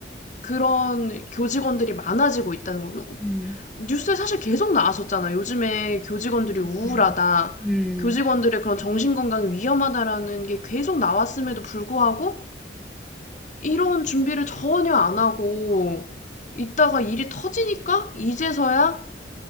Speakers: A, on the left (about 40°); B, in the centre.
A: 그런 교직원들이 많아지고 있다는 거죠.
B: 음,
A: 뉴스에 사실 계속 나왔었잖아. 요즘에 교직원들이
B: 음,
A: 우울하다.
B: 음,
A: 교직원들의 그런 정신건강이 위험하다라는 게 계속 나왔음에도 불구하고 이런 준비를 전혀 안 하고 있다가 일이 터지니까 이제서야